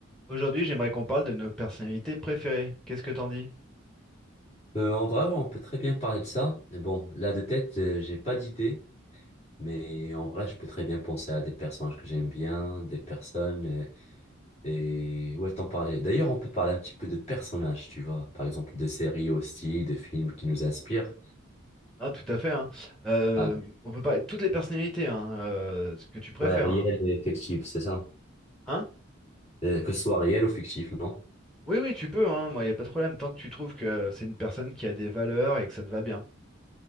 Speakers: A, in the centre; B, on the left.
A: Aujourd'hui, j'aimerais qu'on parle de nos personnalités préférées. Qu'est-ce que t'en dis?
B: Euh, en vrai, on peut très bien parler de ça. Mais Bon, là de tête, euh, j'ai pas d'idée, mais en vrai, je peux très bien penser à des personnages que j'aime bien, des personnes, euh, et ouais, t'en parler. D'ailleurs, on peut parler un petit peu de personnages, tu vois, par exemple, de séries aussi, de films qui nous inspirent.
A: Ah, tout à fait, hein. Euh,
B: Ah,
A: on peut parler de toutes les personnalités, hein, euh, ce que tu préfères,
B: ouais, réel
A: hein.
B: et fictif, c'est ça.
A: Hein?
B: Euh, que ce soit réel ou fictif, non?
A: Oui, oui, tu peux, hein. Moi, il n'y a pas de problème, tant que tu trouves que c'est une personne qui a des valeurs et que ça te va bien.